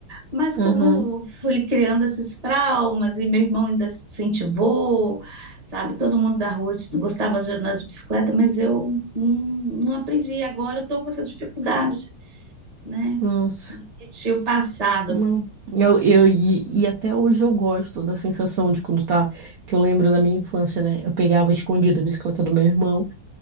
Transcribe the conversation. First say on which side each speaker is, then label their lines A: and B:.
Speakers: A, on the right; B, on the right.
A: Mas
B: Aham,
A: como fui criando esses traumas e meu irmão ainda se incentivou, sabe? Todo mundo da rua gostava de andar de bicicleta, mas eu hum, não aprendi. E Agora eu estou com essa dificuldade, né?
B: Nossa,
A: Repetir o passado.
B: não. Eu, eu, e, e até hoje eu gosto da sensação de quando tá, que eu lembro da minha infância, né? Eu pegava escondida a bicicleta do meu irmão